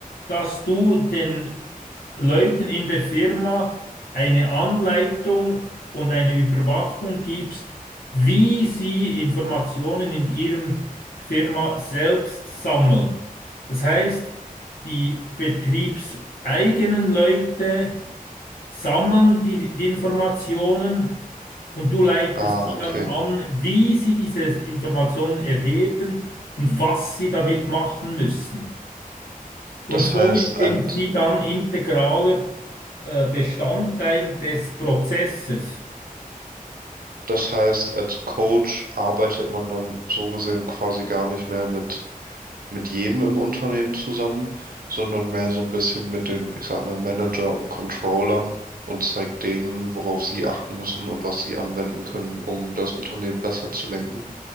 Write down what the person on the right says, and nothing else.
Ah,
okay.
Das
heißt,
als
Das heißt, als Coach arbeitet man dann so gesehen quasi gar nicht mehr mit, mit jedem im Unternehmen zusammen, sondern mehr so ein bisschen mit den, ich sag mal, Manager und Controllern und zeigt denen, worauf sie achten müssen und was sie anwenden können, um das Unternehmen besser zu lenken.